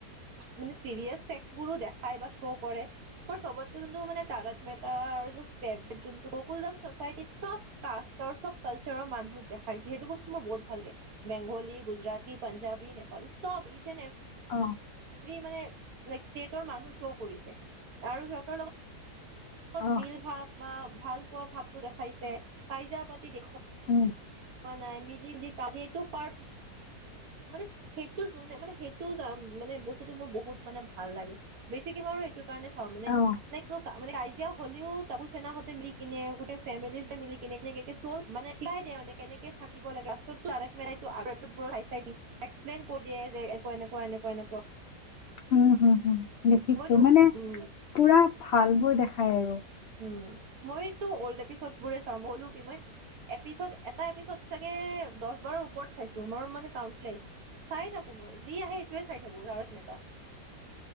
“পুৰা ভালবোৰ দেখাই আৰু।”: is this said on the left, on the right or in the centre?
Left